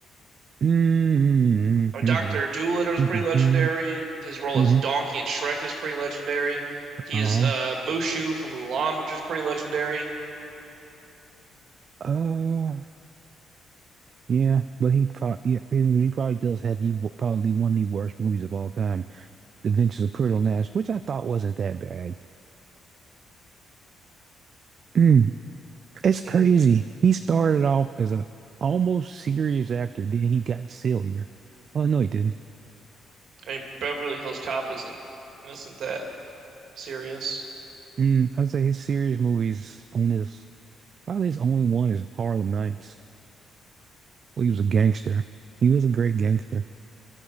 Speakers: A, on the right; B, on the right.
A: Mm-hmm,
B: I mean,
A: mm-hmm,
B: Dr. Doolittle is
A: mm-hmm,
B: pretty legendary. His role
A: hmm
B: as Donkey in Shrek is pretty legendary.
A: Uh-huh.
B: He is uh, Mushu from Mulan, which is pretty legendary.
A: Uh, yeah, but he probably yeah, he probably does have the probably one of the worst movies of all time, The Adventures of Pretty Nash, which I thought wasn't that bad. Mm, it's crazy.
B: Mm,
A: He started off as a almost serious actor, then he got sillier. Well, no, he didn't.
B: I mean, Beverly Hills Cop isn't isn't that serious?
A: Mm, I'd say his serious movies on his probably his only one is Harlem Nights. Well, he was a gangster. He was a great gangster.